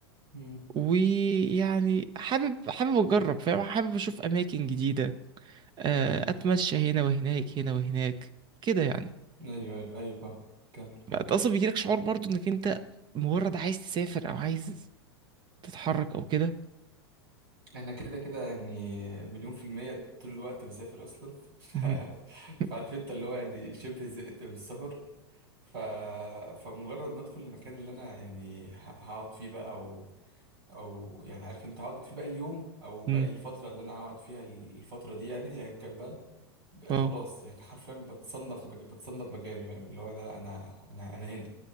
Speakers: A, on the right; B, on the right.
A: مم.
B: ويعني حابب حابب اجرب فاهم حابب اشوف اماكن جديده آه، اتمشى هنا وهناك هنا وهناك كده يعني
A: ايوه ايوه ايوه فاهم كمل
B: انت اصلا بيجيلك شعور برضو انك انت مجرد عايز تسافر او عايز تتحرك او كده
A: انا كده كده يعني مليون في المية طول الوقت بسافر اصلا <laughs> ف...
B: مهم. <laughs>
A: فعارف انت اللي هو يعني شبه زهقت من السفر ف... فمجرد ما ادخل المكان اللي انا يعني ه- هقعد فيه بقى او يعني عارف انت هقعد في باقي اليوم او باقي
B: مم.
A: الفتره اللي انا هقعد فيها الفتره دي يعني ايا يعني كان بقى بقى
B: اه
A: خلاص يعني <laughs> حرفيا بتصنف مك... بتصنف مكاني فاهم اللي هو لا لا انا انا انا هنا